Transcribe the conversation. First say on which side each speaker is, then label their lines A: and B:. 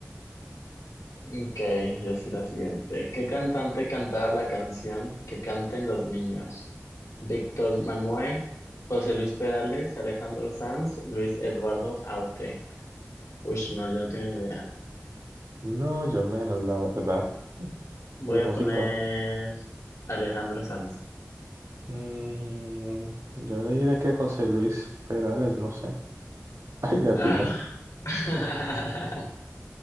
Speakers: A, on the left; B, on the right.
A: Ok, yo sí la siguiente. ¿Qué cantante cantaba la canción Que canten los niños? Víctor Manuel, José Luis Perales, Alejandro Sanz, Luis Eduardo Aute. Uy, no, yo no tengo ni idea.
B: No, yo menos, la verdad.
A: Voy
B: De
A: a
B: música.
A: poner Alejandro Sanz.
B: mm, yo le diré que José Luis Perales, no sé. <laughs> Ay, la tiene.
A: Ah. <laughs>